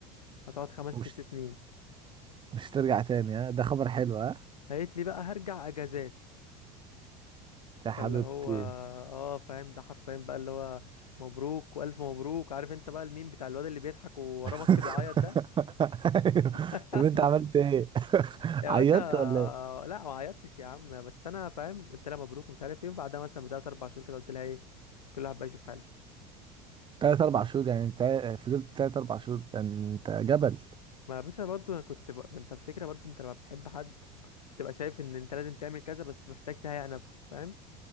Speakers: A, on the left (about 80°); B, on the right (about 25°).
A: هتقعد خمس
B: مش
A: ست سنين
B: مش ترجع تاني ها ده خبر حلو ها
A: قالت لي بقى هرجع اجازات
B: يا حبيبتي
A: فاللي هو اه فاهم ده حرفيا بقى اللي هو مبروك والف مبروك عارف انت بقى الميم بتاع الواد اللي بيضحك ووراه
B: <laughs>
A: ماسك بيعيط ده <laughs>
B: طب انت عملت ايه؟ <laughs>
A: يا
B: عيطت
A: باشا
B: ولا ايه؟
A: لا ما عيطتش يا عم بس انا فاهم قلت لها مبروك ومش عارف ايه وبعدها مثلا بدأت اربع شهور كده قلت لها ايه كل واحد بقى يشوف حاله
B: تلات اربع شهور يعني انت فضلت تلات اربع شهور ده انت جبل
A: ما باشا برضه انا كنت ب... ما انت الفكره برضه انت لما بتحب حد بتبقى شايف ان انت لازم تعمل كذا بس محتاج تهيئ نفسك فاهم